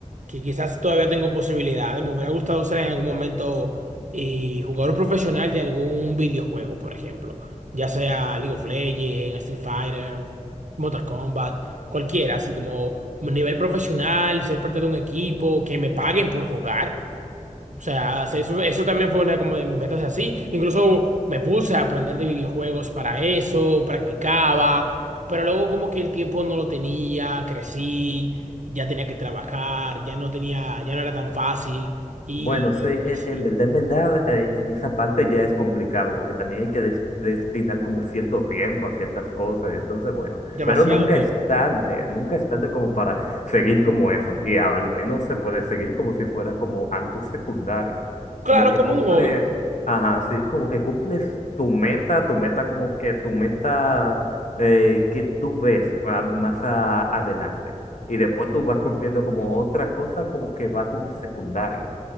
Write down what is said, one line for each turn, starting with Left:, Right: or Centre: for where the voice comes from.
Right: que quizás todavía tengo posibilidades, me hubiera gustado ser en algún momento eh, jugador profesional de algún videojuego, por ejemplo, ya sea League of Legends, Street Fighter, Mortal Kombat, cualquiera, así como nivel profesional, ser parte de un equipo, que me paguen por jugar. O sea, eso, eso también fue una como de mis metas así. Incluso me puse a aprender de videojuegos para eso, practicaba, pero luego como que el tiempo no lo tenía, crecí, ya tenía que trabajar, ya no tenía, ya no era tan fácil y,
Left: Bueno, sí, e- en
Right: y
Left: verdad, en verdad, eh, en esa parte ya es complicado, porque también hay que des- destinar como cierto tiempo a ciertas cosas, entonces, bueno,
Right: demasiado
Left: pero nunca
Right: tiempo.
Left: es tarde, nunca es tarde como para seguir como eso, y al menos se puede seguir como si fuera como algo secundario,
Right: Claro,
Left: como que
Right: como
Left: cumples,
Right: un hobby.
Left: ajá, sí, como que cumples tu meta, tu meta como que tu meta eh, que tú ves ah, más a- adelante. Y después tú vas cumpliendo como otra cosa como que va como secundario.